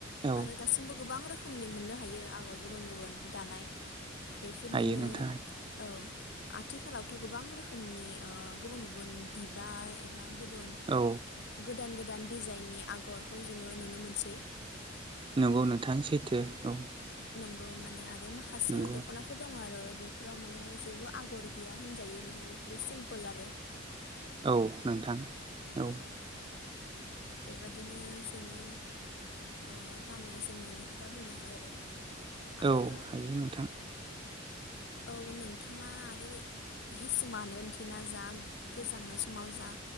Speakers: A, on the right; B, on the left.
A: औ
B: आरो दासिमबो गोबां रोखो रोखोमनि मोननो हायो आगर गुबुन गुबुन दानाय बेफोरनिनो
A: हायो नोंथां
B: औ आथिखालावथ' गोबां रोखोमनि ओ गुबुन गुबुन बिबार एबा गुबुन
A: औ
B: गोदान गोदान डिजाइननि आगरखौ जोङो नुनो मोनसै
A: नंगौ नोंथां सैथो औ
B: नंगौ माने आरो माखासे
A: नंगौ
B: दख'नाफोर दङ आरो बेफोराव माने जेबो आगर गैया होनजायो माने बेफोरो सिम्पोल आरो
A: औ नोंथां औ
B: बेबादिनो जोङो ओ गाननाय जोमनायनि खोथा बुंनो हायो आरो आरो
A: औ हायो नोंथां
B: औ नोंथाङा आरो हिसुमा होनाय मिथियोना जा गोजांनाय समाव जा